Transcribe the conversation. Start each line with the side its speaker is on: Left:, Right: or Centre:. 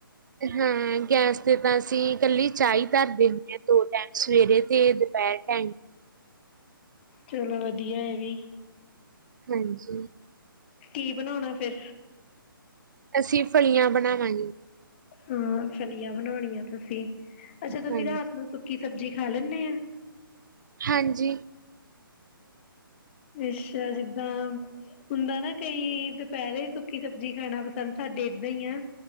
Right: ਹਾਂ ਗੈਸ ਤੇ ਤਾਂ ਅਸੀਂ ਇਕੱਲੀ ਚਾ ਈ ਧਰਦੇ ਹੁੰਦੇ ਆਂ ਦੋ ਟੈਮ ਸਵੇਰੇ ਤੇ ਦੁਪਹਿਰ ਟੈਮ।
Left: ਚਲੋ ਵਧੀਆ ਏ ਵੀ।
Right: ਹਾਂਜੀ
Left: ਕੀ ਬਣਾਉਣਾ ਫੇਰ।
Right: ਅਸੀਂ ਫਲੀਆਂ ਬਣਾਵਾਂਗੇ।
Left: ਹਾਂ -ਫਲੀਆਂ ਬਣਾਉਣੀਆਂ ਤੁਸੀਂ। ਅੱਛਾ ਤੁਸੀ
Right: ਹਾਂਜੀ
Left: ਰਾਤ ਨੂੰ ਸੁੱਕੀ ਸਬਜ਼ੀ ਖਾ ਲੈਂਨੇ ਆਂ।
Right: ਹਾਂਜੀ
Left: ਅੱਛਾ ਜਿੱਦਾਂ ਹੁੰਦਾ ਨਾ ਕਈ- ਦੁਪਇਰੇ ਸੁੱਕੀ ਸਬਜੀ ਖਾਣਾ ਪਸੰਦ ਸਾਡੇ ਏਦਾਂ ਈ ਆ।